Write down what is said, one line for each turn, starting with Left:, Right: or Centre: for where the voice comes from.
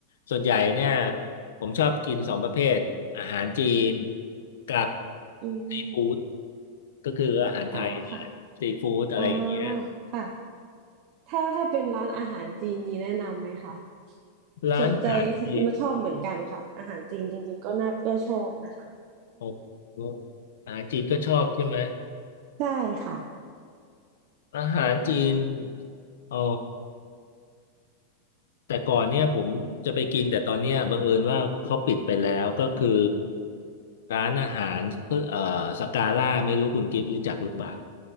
Left: ส่วนใหญ่เนี่ยผมชอบกินสองประเภทอาหารจีนกับ
Right: อืม
Left: ซีฟู้ดก็คืออาหารไทยเนี่ยแหละซีฟู้ดอะไรอย่างเงี้ย
Right: อ๋อค่ะอ๋อค่ะถ้าถ้าเป็นร้านอาหารจีนมีแนะนำไหมคะ
Left: ร้านอาหารจีน
Right: สนใจมาชอบเหมือนกันค่ะอาหารจีนจริงๆก็น่าก็ชอบนะคะ
Left: โอ้โหอาหารจีนก็ชอบใช่ไหม
Right: <laughs> ใช่ค่ะ
Left: อาหารจีนอ๋อ แต่ก่อนเนี่ยผมจะไปกินแต่ตอนเนี้ยบังเอิญว่าเขาปิดไปแล้วก็คือร้านอาหารเอ่อสกาล่าไม่รู้คุณกิฟต์รู้จักหรือเปล่า